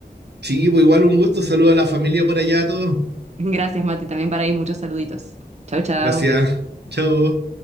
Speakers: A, on the right; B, on the right.
A: Sí, pues igual un gusto, saludo a la familia por allá a todos.
B: <laughs> Gracias, Mati, también para ahí muchos saluditos. Chau, chau.
A: Gracias, chao.